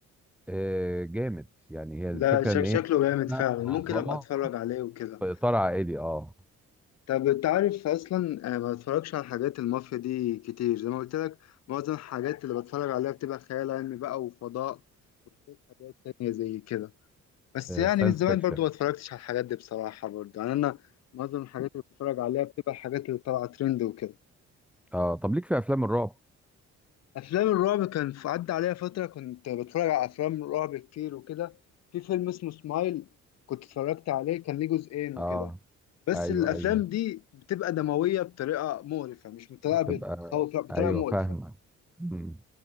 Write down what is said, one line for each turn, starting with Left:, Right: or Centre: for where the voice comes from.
Centre: آه، جامد يعني هي الفكره
Left: لا شك
Centre: ان
Left: شكله
Centre: هي كده
Left: جامد فعلا
Centre: منظمه
Left: ممكن ابقى اتفرج عليه وكده
Centre: في اطار عائلي اه
Left: طب انت عارف اصلا آه، ما بتفرجش على حاجات المافيا دي كتير زي ما قلت لك معظم الحاجات اللي بتفرج عليها بتبقى خيال علمي بقى وفضاء وحاجات تانية زي كده بس يعني
Centre: ساينس
Left: من زمان
Centre: فيكشن
Left: برضو ما اتفرجتش على الحاجات دي بصراحة برضو يعني أنا معظم الحاجات اللي بتفرج عليها بتبقى الحاجات اللي طالعة ترند وكده
Centre: اه طب ليك في افلام الرعب
Left: أفلام الرعب كان في- عدى عليها فترة كنت بتفرج على أفلام رعب كتير وكده في فيلم اسمه سمايل كنت اتفرجت عليه كان ليه جزئين وكده
Centre: اه
Left: بس
Centre: ايوه
Left: الأفلام
Centre: ايوه
Left: دي بتبقى دموية بطريقة مقرفة مش بطريقة بت-
Centre: تبقى
Left: بتخوف لا بطريقة
Centre: ايوه
Left: مقرفة
Centre: فاهمك مم.